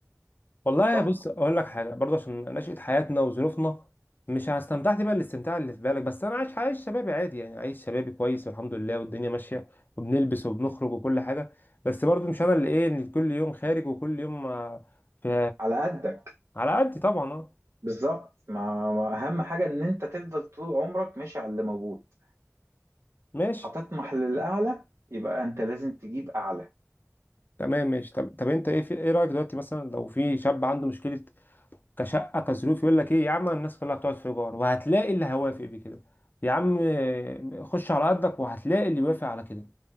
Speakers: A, on the left; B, on the right.
A: والله
B: صح؟
A: بص اقول لك حاجه برضه عشان نشأة حياتنا وظروفنا مش استمتعت بقى الاستمتاع اللي في بالك بس انا عايش عايش شبابي عادي يعني عايش شبابي كويس والحمد لله والدنيا ماشيه وبنلبس وبنخرج وكل حاجه بس برضه مش انا اللي ايه اللي كل يوم خارج وكل يوم آه، في
B: على قدك
A: على قدي طبعا اه
B: بالظبط ما ما اهم حاجه ان انت تفضل طول عمرك ماشي على اللي موجود
A: ماشي
B: هتطمح للاعلى يبقى انت لازم تجيب اعلى
A: تمام ماشي طب طب انت ايه في ايه رايك دلوقتي مثلا لو في شاب عنده مشكله كشقه كظروف يقول لك ايه يا عم الناس كلها بتقعد في ايجار وهتلاقي اللي هيوافق بكده يا عم آه، خش على قدك وهتلاقي اللي يوافق على كده